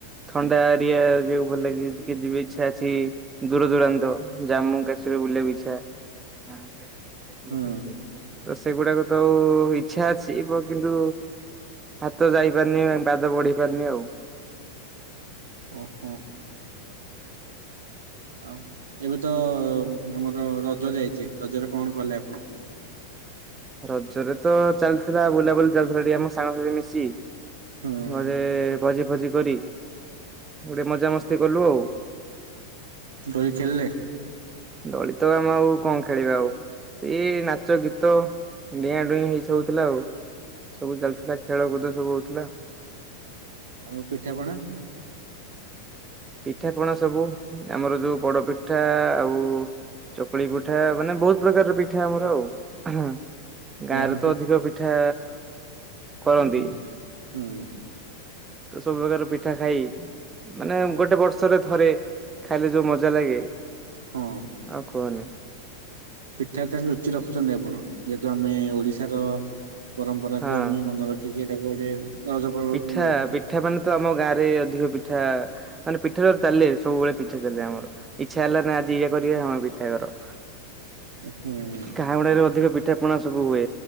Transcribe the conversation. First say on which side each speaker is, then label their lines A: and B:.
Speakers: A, on the right (about 15°); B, on the right (about 65°).
A: ଥଣ୍ଡା ଏରିଆକୁ ଭଲ ଲାଗ ଟିକେ ଯିବେ ଇଚ୍ଛା ଅଛି। ଦୂର ଦୂରାନ୍ତ ଜାମ୍ମୁ କାଶ୍ମୀର ବୁଲିବାକୁ ଇଚ୍ଛା। <unintelligible>
B: ହୁଁ
A: ସେଗୁଡାକ ତ ଇଛା ଅଛିବ କିନ୍ତୁ ହାତ ଯାଇ ପାରନି ପାଦ ବଢି ପାରନି ଆଉ।
B: ଓ ହୋ ଆଉ ଏବେ ତ ଆମର ରଜ ଯାଇଛି ରଜରେ କଣ କଲେ ଆପଣ?
A: ରଜରେ ତ ଚାଲିଥିଲା ବୁଲାବୁଲି ଚାଲିଥିଲା ଟିକେ ଆମ ସାଙ୍ଗସାଥି ମିଶି
B: ହୁଁ
A: ଘରେ ଭୋଜି, ଫୋଜି କରି ଗୋଟେ ମଜାମସ୍ତି କଲୁ ଆଉ।
B: ଦୋଳି ଖେଳିଲେ?
A: ଦୋଳି ତ ଆମେ ଆଉ କଣ ଖେଳିବା ଆଉ ସେଇ ନାଚ, ଗୀତ ତ ଡିଆଁଡୁଇଁ ହେଇ ସବୁ ହଉଥିଲା ଆଉ ସବୁ ଚାଲିଥିଲା ଖେଳ କୁଦ ସବୁ ହଉଥିଲା।
B: ଆଉ ପିଠା ପଣା
A: ପିଠା ପଣା ସବୁ ଆମର ଯୋଉ ବଡ ପିଠା ଆଉ। ଚକୁଳି ପିଠା ମାନେ ବହୁତ ପ୍ରକାରର ପିଠା ଆମର ଆଉ।
B: ତାହେଲେ
A: ଗାଁରେ
B: ଆପଣ
A: ତ ଅଧିକ ପିଠା। କରନ୍ତି
B: ହୁଁ, ହୁଁ।
A: ତ ସବୁ ପ୍ରକାର ପିଠା ଖାଇ ମାନେ ଗୋଟେ ବର୍ଷରେ ଥରେ ଖାଇଲେ ଯୋଉ ମଜା ଲାଗେ
B: ହଁ
A: ଆଉ କହନି।
B: ପିଠା ଠାରୁ ଲୁଚିରଖୁଛନ୍ତି ଆପଣ ଯେହେତୁ ଆମେ ଓଡିଶାର ପରମ୍ପରାକୁ
A: ହଁ
B: ଆମେ ମନେ ରଖିକି ଏଇଟାକୁ ଗୋଟେ ରଜ ପର୍ବ
A: ପିଠା ପିଠା ମାନେ ତ ଆମ ଗାଁ ରେ ଅଧିକ ପିଠା ମାନେ ପିଠାରେ ଚାଲେ ସବୁବେଳେ ପିଠା ଚାଲେ ଆମର। ଇଚ୍ଛା ହେଲା ନି ଆଜି ଇଏ କରିବା ହିଁ ଆମ ପିଠା କର।
B: ହୁଁ।
A: ଗାଁ ଗୁଡାରେ ଅଧିକ ପିଠା ପଣା ସବୁ ହୁଏ